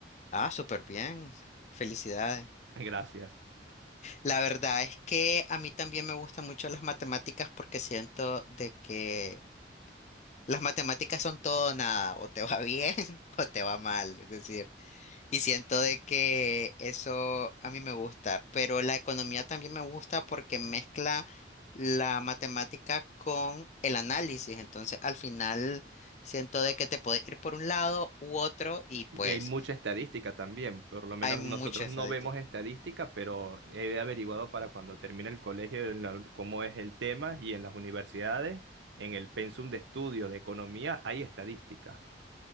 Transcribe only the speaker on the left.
Ah, súper bien. Felicidades.
La verdad es que a mí también me gustan mucho las matemáticas porque siento de que las matemáticas son todo o nada, o te va bien <laughs> o te va mal, es decir, y siento de que eso a mí me gusta, pero la economía también me gusta porque mezcla la matemática con el análisis, entonces al final siento de que te puede ir por un lado u otro y pues
hay mucha
estadística.